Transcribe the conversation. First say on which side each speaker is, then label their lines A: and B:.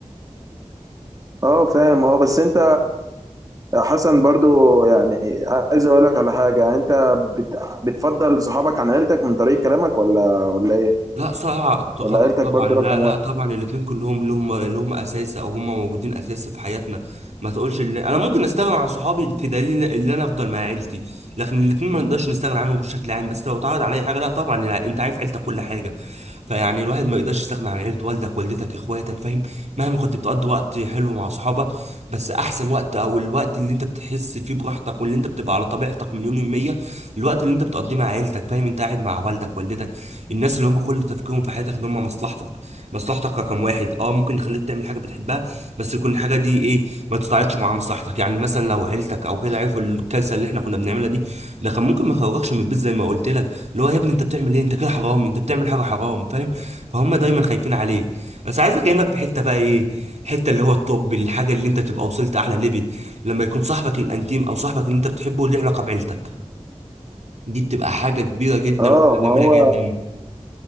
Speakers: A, on the right; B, on the right.
A: اه فاهم اه بس انت يا حسن برضو يعني عايز اقول لك على حاجه يعني انت بت... بتفضل صحابك عن عيلتك من طريق كلامك ولا ولا ايه
B: لا صعب
A: ولا
B: غلط
A: عيلتك
B: طبعا
A: برضو رقم
B: لا لا
A: واحد
B: طبعا الاثنين كلهم لهم لهم اساس او هم موجودين اساس في حياتنا ما تقولش اللي انا ممكن استغنى عن صحابي في دليل ان انا افضل مع عيلتي لكن الاثنين ما نقدرش نستغنى عنهم بشكل عام بس لو اتعرض عليا حاجه لا طبعا الع- انت عارف عيلتك كل حاجه فيعني الواحد ما يقدرش يستغنى عن عيلة والدك والدتك اخواتك فاهم مهما كنت بتقضي وقت حلو مع صحابك بس احسن وقت او الوقت اللي انت بتحس فيه براحتك واللي انت بتبقى على طبيعتك مليون المية الوقت اللي انت بتقضيه مع عيلتك فاهم انت قاعد مع والدك والدتك الناس اللي هم كل تفكيرهم في حياتك ان هم مصلحتك مصلحتك رقم واحد اه ممكن يخليك تعمل حاجه بتحبها بس يكون الحاجه دي ايه ما تتعارضش مع مصلحتك يعني مثلا لو عيلتك او كده عرفوا الكارثه اللي احنا كنا بنعملها دي ده كان ممكن ما يخرجكش من البيت زي ما قلت لك اللي هو يا ابني انت بتعمل ايه انت كده حرام انت بتعمل حاجه حرام فاهم فهم دايما خايفين عليه بس عايزك انك في حته بقى ايه حته اللي هو الطب الحاجه اللي انت تبقى وصلت اعلى ليفل لما يكون صاحبك الانتيم او صاحبك اللي انت بتحبه له علاقه بعيلتك دي بتبقى حاجه كبيره جدا
A: اه
B: وحاجه
A: ما
B: جميله
A: هو
B: جدا